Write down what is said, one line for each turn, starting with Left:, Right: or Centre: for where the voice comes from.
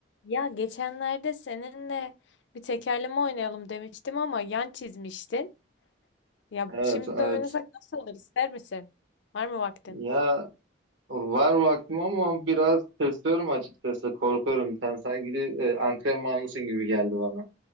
Left: Ya geçenlerde seninle bir tekerleme oynayalım demiştim ama yan çizmiştin. Ya
Right: Evet,
Left: şimdi
Right: evet.
Left: oynasak nasıl olur ister misin? Var mı vaktin?
Right: Ya var vaktim ama biraz tırsıyorum açıkçası. Korkuyorum. Sen sanki e, antrenmanlısın gibi geldi bana.